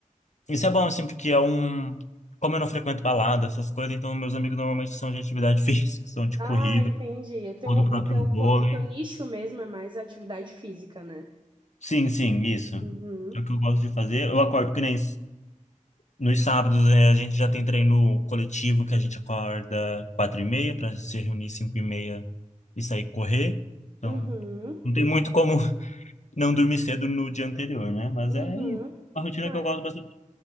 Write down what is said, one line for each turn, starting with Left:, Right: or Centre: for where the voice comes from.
Left: Isso é bom, assim, porque é um. Como eu não frequento balada, essas coisas, então meus amigos normalmente são de atividade <laughs> física, são de
Right: Ah,
Left: corrida,
Right: entendi. O teu,
Left: ou do
Right: o
Left: próprio
Right: teu, ro-
Left: vôlei.
Right: o teu nicho mesmo é mais atividade física, né?
Left: Sim, sim, isso.
Right: Uhum,
Left: É o que eu gosto de fazer. Eu acordo que nem Nos sábados, é, a gente já tem treino coletivo que a gente acorda quatro e meia para se reunir cinco e meia e sair correr. Então,
Right: uhum,
Left: não tem muito como <laughs> não dormir cedo no dia anterior, né? Mas
Right: uhum.
Left: é uma rotina
Right: Ai,
Left: que eu gosto bastante.